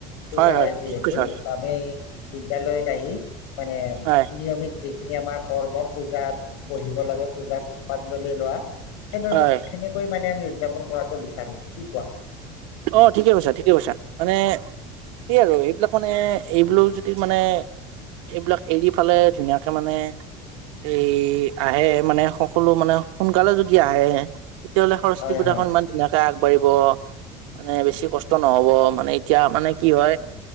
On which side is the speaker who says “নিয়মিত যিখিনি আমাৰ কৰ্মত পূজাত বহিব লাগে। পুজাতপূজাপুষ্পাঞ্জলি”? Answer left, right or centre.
Left